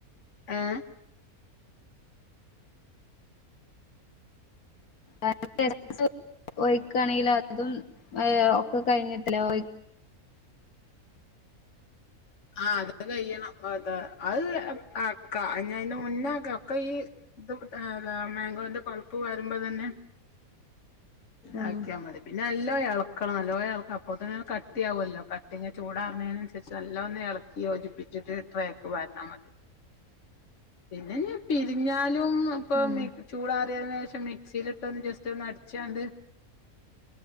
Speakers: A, on the left (about 55°); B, on the left (about 75°).
A: ഏഹ്
B: <unintelligible> എസെൻസും ഒഴിക്കാണെല് അതും ഏ ഒക്കെ കഴിഞ്ഞിട്ടല്ലേ ഒഴി
A: അ ആഹ് അതത് കയ്യണം അതാ അത് ആക്കാ ഇഞ്ഞയ്ന്റെ മുന്നാക്ക ഒക്കെ ഇയ്യ് <unintelligible> മേഗോന്റെ പള്പ്പ് പാരുമ്പോത്തന്നെ
B: ആഹ്
A: ആക്ക്യാ മതി പിന്നെ നല്ലോ എളക്കണം നല്ലോ എളക്ക അപ്പൊത്തിനെന്നെ കട്ടിയാവല്ലോ കട്ടി ചൂടാറ്ണേന് അന്സരിച്ച് നല്ലോ ഒന്ന് എളക്കി യോജിപ്പിച്ചിട്ട് ട്രെക്ക് പാർന്നാ മതി പിന്നെഞ്ഞ് പിരിഞ്ഞാലും അപ്പൊ
B: ആഹ്
A: മി ചൂടാറിയതിനേഷം മിക്സില്ട്ടൊന്ന് ജസ്റ്റോന്ന് അടിച്ചാണ്ട്